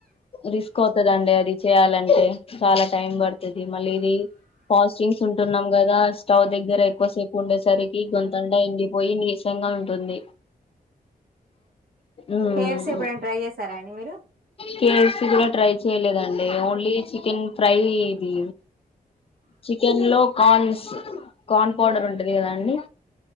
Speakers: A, on the left; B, on the right.
A: రిస్క్ అవుతుదండి అది చేయాలంటే చాలా టైం పడుతుంది మళ్ళీ ఇది ఫాస్టింగ్స్ ఉంటున్నాం కదా స్టవ్ దగ్గర ఎక్కువ సేపు ఉండేసరికి గొంతండ ఎండిపోయి నీసంగా ఉంటుంది ఉమ్
B: కేఎఫ్‌సీ ఎప్పుడనా ట్రై చేస్తారా అండి మీరు
A: కేఎఫ్సి కూడా ట్రై చేయలేదండి ఓన్లీ చికెన్ ఫ్రై ఇది చికెన్ లో కార్న్స్ కార్న్ పౌడర్ ఉంట అది కదా అండి